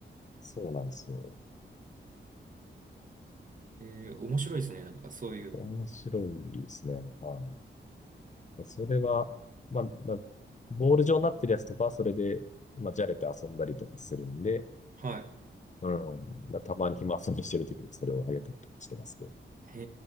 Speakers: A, on the left; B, on the right.
A: そうなんですよ。
B: えー、面白いですね。なんか、そういうの。
A: 面白いですね。はい。それは、まあ、なボール状になってるやつとかは、それで、まあ、じゃれて遊んだりとかするんで、
B: はい。
A: うん。まあたまに暇遊びしてるときにそれをあげたりとかしてますけど。
B: へ